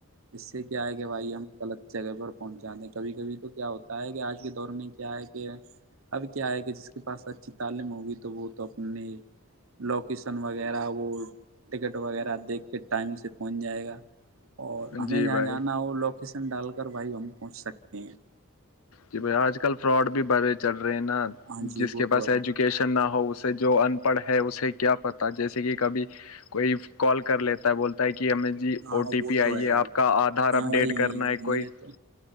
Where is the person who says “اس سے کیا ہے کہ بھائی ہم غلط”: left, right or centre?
Right